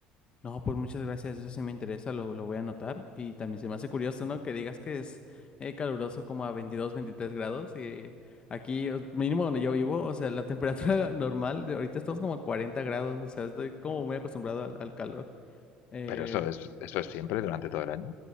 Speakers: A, on the left; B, on the left.
A: No, pues muchas gracias, eso sí me interesa, lo, lo voy a anotar. Y también se me hace curioso, ¿no? Que digas que es eh, caluroso como a 22 23 grados. Y aquí, o- mínimo donde yo vivo, o sea, la temperatura <laughs> normal, de ahorita estamos como a 40 grados, o sea, estoy como muy acostumbrado al, al calor. Eh,
B: Pero eso es, eso es siempre durante todo el año.